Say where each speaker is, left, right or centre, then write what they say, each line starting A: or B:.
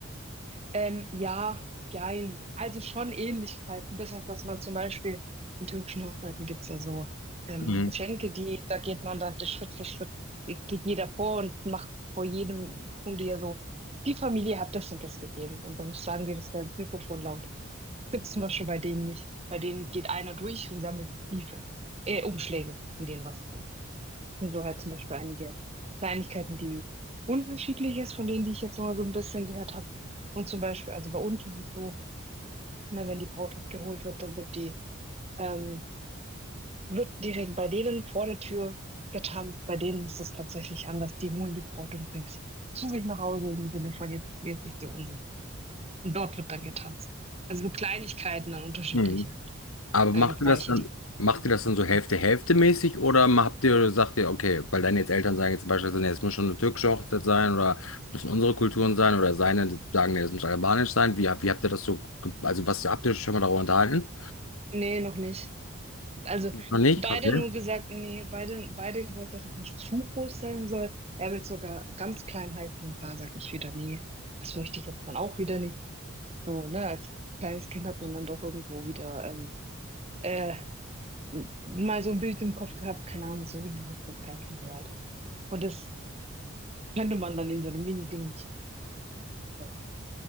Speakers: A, on the right; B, on the left.
A: Ähm, ja, jein. Also, schon Ähnlichkeiten, bis auf dass man zum Beispiel in türkischen Hochzeiten gibt's ja so, ähm,
B: Mhm.
A: Geschenke, die da geht man dann Schritt für Schritt geht jeder vor und macht vor jedem tun die ja so: „Die Familie hat das und das gegeben.“ Und dann sagen die das da ins Mikrofon laut. Gibt es zum Beispiel bei denen nicht. Bei denen geht einer durch und sammelt Briefe, äh, Umschläge, in denen was drin ist. Und so halt zum Beispiel einige Kleinigkeiten, die unterschiedlich ist von denen, die ich jetzt noch mal so ein bisschen gehört habe. Und zum Beispiel, also bei uns ist es so, ne, wenn die Braut abgeholt wird, dann wird die, ähm, wird direkt bei denen vor der Tür getanzt. Bei denen ist es tatsächlich anders. Die holen die Braut und bringen sie zu sich nach Hause im Sinne von jetzt, jetzt ist die unsere. Und dort wird dann getanzt. Also so Kleinigkeiten dann unterschiedliche.
B: Mhm. Aber
A: äh,
B: macht
A: Gebräuche,
B: ihr das dann,
A: die es gibt.
B: macht ihr das dann so Hälfte-Hälfte-mäßig oder ma- habt ihr, sagt ihr, okay, weil deine jetzt Eltern sagen jetzt beispielsweise, nee, es muss schon eine türkische Hochzeit sein oder müssen unsere Kulturen sein oder seine sagen, nee, es muss albanisch sein. Wie, hab- wie habt ihr das so, ge- also was habt ihr euch schon mal darüber unterhalten?
A: Nee, noch nicht. Also
B: Noch nicht?
A: beide
B: Okay.
A: nur gesagt, nee, beide, beide gesagt, dass es nicht zu groß sein soll. Er will es sogar ganz klein halten. Und Da sag ich wieder, nee, das möchte ich jetzt dann auch wieder nicht. So, ne, als kleines Kind hat man dann doch irgendwo wieder ähm, äh, m- mal so ein Bild im Kopf gehabt, keine Ahnung, so wie eine Hochzeitskleid und so weiter. Und das könnte man dann in so einem Mini-Ding nicht. So.